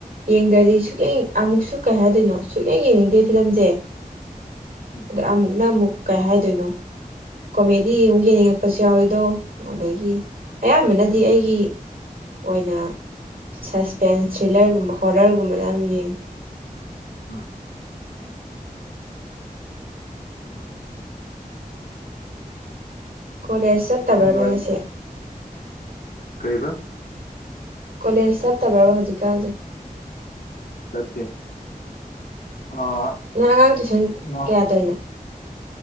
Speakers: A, on the right; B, on the left.
A: ꯌꯦꯡꯗ꯭ꯔꯗꯤ ꯁꯨꯛꯌꯦꯡ ꯑꯃꯨꯛꯁꯨ ꯀꯩ ꯍꯥꯏꯗꯣꯏꯅꯣ ꯁꯨꯛꯌꯦꯡ ꯌꯦꯡꯅꯤꯡꯗꯦ ꯐꯤꯂꯝꯁꯦ
B: ꯎꯝ
A: ꯑꯗ ꯑꯃꯨꯛꯅ ꯑꯃꯨꯛ ꯀꯩ ꯍꯥꯏꯗꯣꯏꯅꯣ ꯀꯣꯃꯦꯗꯤ ꯑꯃꯨꯛ ꯌꯦꯡꯅꯤꯡꯉꯛꯄꯁꯨ ꯌꯥꯎꯢꯗꯣ ꯑꯗꯒꯤ ꯑꯌꯥꯝꯕꯅꯗꯤ ꯑꯩꯒꯤ ꯑꯣꯏꯅ ꯁꯁꯄꯦꯟꯁ ꯊ꯭ꯔꯤꯂꯔꯒꯨꯝꯕ ꯍꯣꯔꯥꯔꯒꯨꯝꯕꯅ ꯌꯥꯝ ꯌꯦꯡꯉꯤ
B: ꯎꯝ
A: ꯀꯣꯂꯦꯖ ꯆꯠꯇꯕ꯭ꯔꯥ
B: ꯅꯪꯗꯣ
A: ꯅꯣꯏ
B: ꯑꯩ
A: ꯉꯁꯤ
B: ꯀꯩꯕ
A: ꯀꯣꯂꯦꯖ ꯆꯠꯇꯕ꯭ꯔꯥꯕ ꯍꯧꯖꯤꯛꯀꯥꯟꯁꯤ
B: ꯆꯠꯇꯦ ꯑꯥ
A: ꯅꯪ ꯑꯉꯥꯡ ꯇꯨꯏꯁꯟ
B: ꯅ
A: ꯀꯌꯥ ꯇꯧꯔꯤꯅꯣ